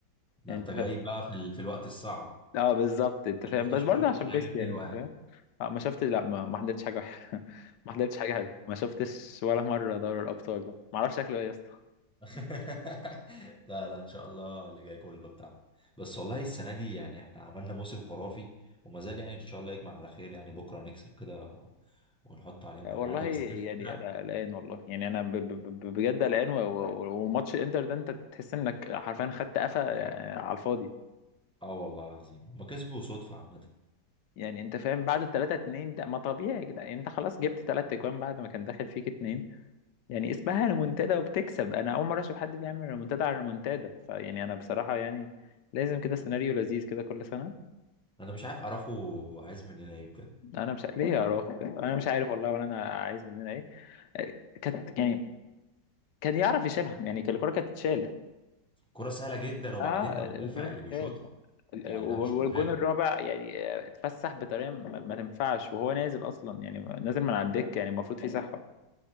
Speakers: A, in the centre; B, on the left.
A: ده
B: يعني
A: انت
B: انت
A: جاي بقى في, ال... في الوقت الصعب
B: اه بالظبط انت
A: ما
B: فاهم
A: شفتش
B: بس برضه
A: ما شفتش
B: عشان
A: ايام
B: ميسي يعني
A: حلوه
B: انت
A: يعني
B: فاهم آه، ما شفتش لا ما ما حضرتش حاجه وحشة. <laughs> ما حضرتش حاجه حلوه ما شفتش ولا مره دوري الابطال ده ما اعرفش شكله ايه يا اسطى
A: <laughs> لا لا ان شاء الله اللي جاي كله بتاع بس والله السنه دي يعني احنا عملنا موسم خرافي وما زال يعني ان شاء الله يكمل على خير يعني بكره نكسب كده ونحط عليهم
B: آه،
A: كالعاده
B: والله يعني
A: بس هي الفكره
B: انا قلقان والله يعني انا ب- ب- ب- بجد قلقان و- و- وماتش الانتر ده انت تحس انك حرفيا خدت قفا آه، على الفاضي
A: اه والله العظيم هما كسبوا صدفه عامه
B: يعني انت فاهم بعد ال 3 2 ده ما طبيعي يا جدعان يعني انت خلاص جبت 3 اجوان بعد ما كان داخل فيك اتنين، يعني اسمها ريمونتادا وبتكسب انا اول مره اشوف حد بيعمل ريمونتادا على ريمونتادا فيعني انا بصراحه يعني لازم كده سيناريو لذيذ كده كل سنه
A: انا مش عارف اراخو عايز مننا ايه بجد
B: انا مش ليه يا اراخو كده انا مش عارف والله ولا انا عايز مننا ايه آه، كانت يعني كان يعرف يشيلهم يعني كان الكره كانت تتشال
A: كره سهله جدا وبعدين
B: اه
A: ده مدافع
B: الكره تتشال
A: اللي بيشوطها
B: ال-
A: يعني
B: ال- والجون
A: ده مش مهاجم
B: الرابع يعني آه، اتفسح بطريقه ما ما تنفعش وهو نازل اصلا يعني نازل من على الدكه يعني المفروض في صحه